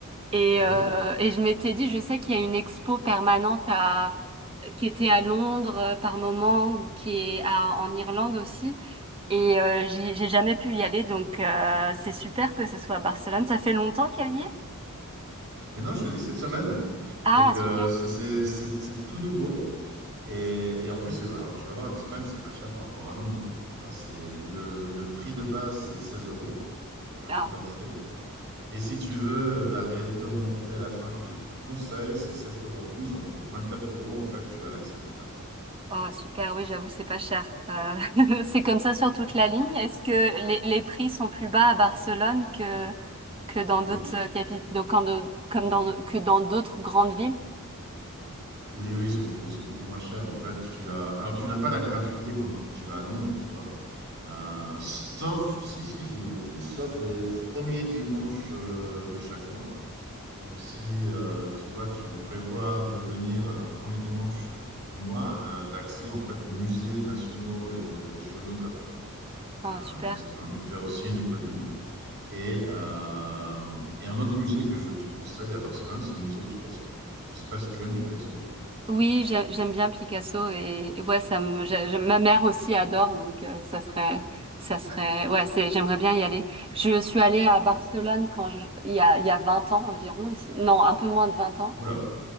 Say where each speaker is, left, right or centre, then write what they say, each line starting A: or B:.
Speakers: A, on the right (about 25°); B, on the right (about 55°).
A: et,
B: Oui.
A: euh, et je m'étais dit, je sais qu'il y a une expo permanente à, qui était à Londres euh, par moment ou qui est à- en Irlande aussi. Et euh, j'ai j'ai jamais pu y aller, donc euh, c'est super que ce soit à Barcelone. Ça fait longtemps qu'elle y est?
B: Mais non, je te dis, cette semaine.
A: Ah,
B: Donc,
A: super.
B: euh, c'est c'est- c'est- c'est tout nouveau. Et, et en plus, c'est- alors, tu vas voir, l'Espagne, c'est pas cher par rapport à Londres, quoi. Enfin, C'est le, le prix de base, c'est 16 euros, donc le
A: Ah,
B: prix d'entrée. Et si tu veux la réalité augmentée à la fin que je te conseille, c'est 7 euros en plus. Donc, pour quatre euros, en fait, tu as l'accès total, quoi.
A: oh, super, oui, j'avoue, c'est pas cher. Euh, <laughs> c'est comme ça sur toute la ligne. Est-ce que les, les prix sont plus bas à Barcelone que, que dans d'autres
B: Oui,
A: capitales, comme dans, que dans d'autres grandes villes?
B: Oui, oui, c'est beaucoup, c'est beaucoup moins cher. En fait, tu as, alors tu n'as pas la gratuité comme tu as à Londres, tu vois. Euh, sauf, si, si, je dis une bêtise, sauf les premiers dimanches euh, de chaque mois. Donc, si euh, tu vois, tu prévois de venir un premier dimanche du mois, tu as accès en fait aux musées nationaux et régionaux gratuitement.
A: Ah,
B: Euh,
A: super.
B: donc, ça te permet de faire aussi une économie. Et, euh, et un autre musée que je te conseille à Barcelone, c'est le musée Picasso. Je ne sais pas si tu aimes Picasso.
A: Oui, j'ai- j'aime bien Picasso et, et ouais, ça me, j'ai- j'ai- ma mère aussi adore, donc euh, ça serait, ça serait, ouais, c'est, j'aimerais bien y aller. Je suis allée à Barcelone quand je, il y a, il y a vingt ans environ, aussi. non, un peu moins de vingt ans,
B: Oula,